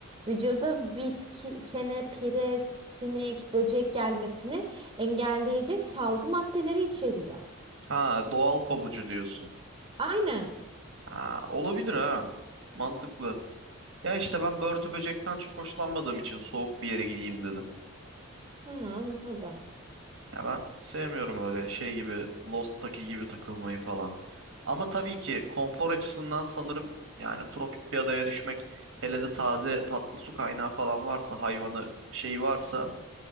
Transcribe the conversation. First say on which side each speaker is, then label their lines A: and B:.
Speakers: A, on the right (about 25°); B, on the right (about 65°).
A: vücuda bitki, kene, pire, sinek, böcek gelmesini engelleyecek salgı maddeleri içeriyor.
B: Ha doğal kovucu diyorsun.
A: Aynen.
B: Ha, olabilir ha. Mantıklı. Ya işte ben börtü böcekten çok hoşlanmadığım için soğuk bir yere gideyim dedim.
A: Ha, anladım.
B: Ya ben sevmiyorum öyle şey gibi Lost'taki gibi takılmayı falan. Ama tabii ki konfor açısından sanırım yani tropik bir adaya düşmek hele de taze tatlı su kaynağı falan varsa hayvanı şey varsa